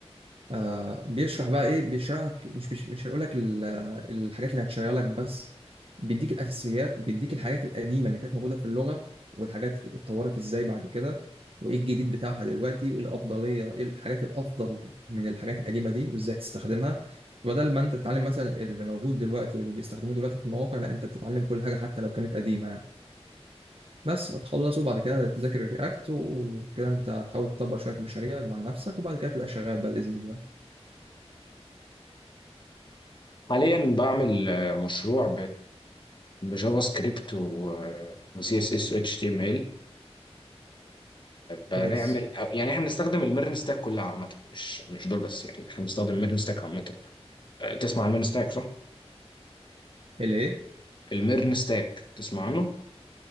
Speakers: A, on the right (about 55°); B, on the left (about 45°).
A: آه بيشرح بقى ايه بيشرح لك مش مش مش هقول لك ال- الحاجات اللي هتشغلك بس بيديك الاساسيات وبيديك الحاجات القديمه اللي كانت موجوده في اللغه والحاجات اتطورت ازاي بعد كده وايه الجديد بتاعها دلوقتي وايه الافضليه ايه الحاجات الافضل من الحاجات القديمه دي وازاي تستخدمها بدل ما انت تتعلم مثلا اللي موجود دلوقتي واللي بيستخدموه دلوقتي في المواقع لا انت بتتعلم كل حاجه حتى لو كانت قديمه يعني بس هتخلص وبعد كده تذاكر الرياكت وكده انت هتحاول تطبق شويه مشاريع مع نفسك وبعد كده تبقى شغال بقى باذن الله
B: حاليا بعمل آه، مشروع بجافا سكريبت وسي اس اس واتش تي ام ال بنعمل
A: كويس
B: يعني احنا بنستخدم الميرن ستاك كلها عامه مش مش دول بس يعني احنا بنستخدم الميرن ستاك عامه آه، تسمع عن الميرن ستاك صح؟
A: الايه
B: الميرن ستاك تسمع عنه؟